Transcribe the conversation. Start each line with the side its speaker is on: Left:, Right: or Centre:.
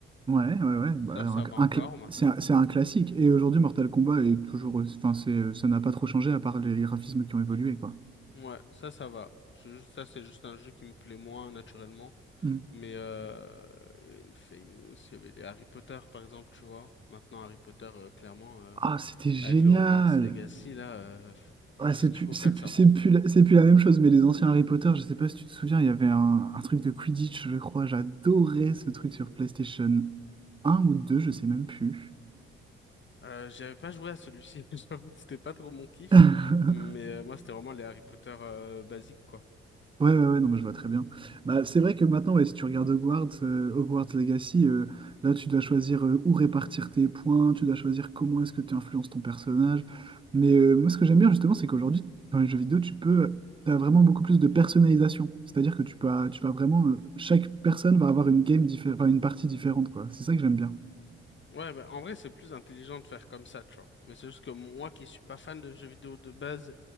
Right: Ouais, ouais, ouais. Bah,
Left: Ça,
Right: un-
Left: ça va encore
Right: un cl-
Left: maintenant.
Right: c'est un, c'est un classique. Et aujourd'hui, Mortal Kombat est toujours, euh, enfin, c'est, ça n'a pas trop changé à part les graphismes qui ont évolué, quoi.
Left: Ouais, ça, ça va. C'est juste- ça, c'est juste un jeu qui me plaît moins naturellement.
Right: Mm.
Left: Mais euh, il y avait une Famous, il y avait les Harry Potter par exemple, tu vois. Maintenant, Harry Potter, euh, clairement, euh,
Right: Ah, c'était génial!
Left: avec le Hogwarts Legacy, là, euh, pff,
Right: Ouais,
Left: tout
Right: c'est
Left: ce qu'il
Right: plus,
Left: faut
Right: c'est
Left: faire,
Right: plus,
Left: ça
Right: c'est
Left: m'en
Right: plus
Left: fout.
Right: la, c'est plus la même chose, mais les anciens Harry Potter, je sais pas si tu te souviens, il y avait un, un truc de Quidditch, je crois. J'adorais ce truc sur PlayStation un ou 2 je sais même plus.
Left: Euh, j'avais pas joué à celui-ci, <laughs> j'avoue que c'était pas trop mon kiff,
Right: <laughs>
Left: mais euh, moi c'était vraiment les Harry Potter euh, basiques quoi.
Right: Ouais, ouais, ouais, non, mais je vois très bien. Bah, c'est vrai que maintenant, ouais, si tu regardes Hogwarts, euh, Hogwarts Legacy, euh, là, tu dois choisir euh, où répartir tes points, tu dois choisir comment est-ce que tu influences ton personnage. Mais euh, moi, ce que j'aime bien, justement, c'est qu'aujourd'hui, dans les jeux vidéo, tu peux, t'as vraiment beaucoup plus de personnalisation. C'est-à-dire que tu peux, tu vas vraiment, euh, chaque personne va avoir une game différente, une partie différente, quoi. C'est ça que j'aime bien.
Left: Ouais, bah, en vrai c'est plus intelligent de faire comme ça, tu vois. Mais c'est juste que moi qui suis pas fan de jeux vidéo de base